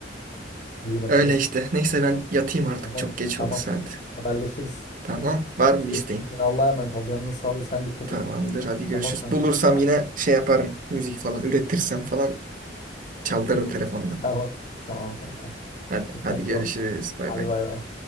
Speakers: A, on the left; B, on the right.
A: İyi bakayım.
B: Öyle işte. Neyse ben yatayım artık.
A: Tamam.
B: Çok geç
A: Tamam.
B: oldu saat.
A: Haberleşiriz.
B: Tamam. Var mı isteğin?
A: Öpüyorum seni. Allah'a emanet ol. Canının sağlığı. Sen dikkat
B: Tamamdır.
A: et.
B: Hadi görüşürüz.
A: Tamam kankam.
B: Bulursam
A: Hadi.
B: yine şey yaparım. Müzik falan üretirsem falan çaldırırım telefondan.
A: Tamam. Tamam kankam.
B: Hadi,
A: Dikkatli
B: hadi görüşürüz.
A: ol.
B: Bay
A: Hadi
B: bay.
A: bay bay.